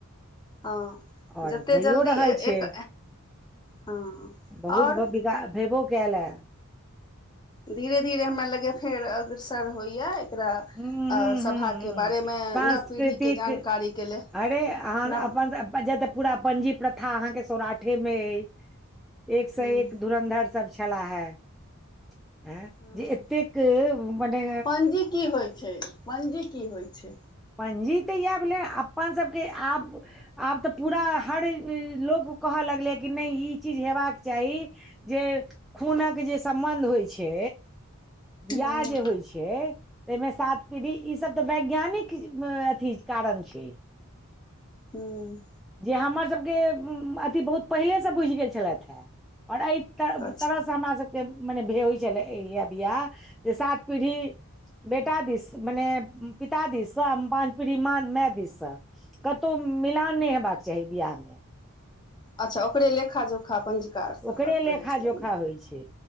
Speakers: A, on the left; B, in the centre.
A: हँ
B: आओर
A: जतेक
B: भइओ
A: जल्दी
B: रहल
A: एक
B: छै
A: हँ
B: बहुतिक
A: आओर
B: भेबो कयल ह
A: धीरे धीरे हमरा लगै फेर अग्रसर होइया एकरा
B: हूँ
A: सभाके
B: हूँ हूँ
A: बारेमे
B: हूँ सांस्कृतिक
A: नव पीढ़ीके जानकारीके लेल
B: अरे अहाँ
A: नव
B: अपन जऽ पूरा पंजी प्रथा अहाँ के सौराठे में हय एक से
A: हँ
B: एक धुरन्धर छलाह हे
A: हँ
B: जे एतेक मने
A: पंजी की होइ छै पंजी की होइ छै
B: पंजी तऽ इएह भेलै अपन सभके आब आब तऽ पूरा हर लोक कहऽ लगलै कि नहि ई चीज हयबाक चाही जे खूनक जे सम्बन्ध होइ छै
A: हूँ
B: बियाह जे होइ छै ताहिमे सात पीढ़ी ई सब तऽ वैज्ञानिक कीछ अथी कारण छै
A: हूँ
B: जे हमरसभके अथी बहुत पहिलेसँ बुझि गेल छलथि हेँ आओर एहि तर
A: अच्छा
B: तरह हमरा सबके मने होइ छलै इ बियाह जे सात पीढ़ी बेटा दिस मने पिता दिससँ पाँच पीढ़ी माँ माय दिससँ कतहु मिलान नहि हेबाक चाही बियाह मे
A: अच्छा ओकरे लेखा जोखा पंजिका आर सब
B: ओकरे
A: लग
B: लेखा
A: रहै छलनि
B: जोखा होइ छै